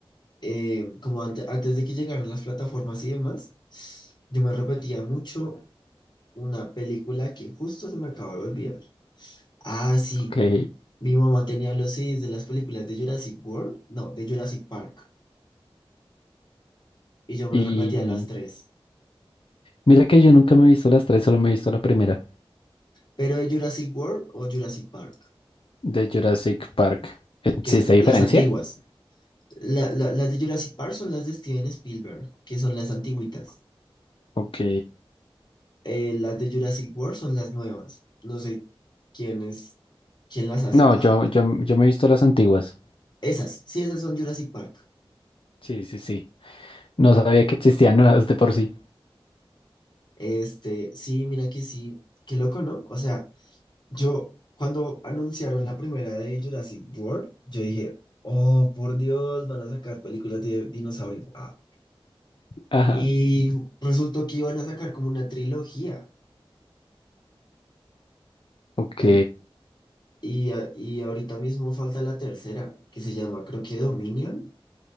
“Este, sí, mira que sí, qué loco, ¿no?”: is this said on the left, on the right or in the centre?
Left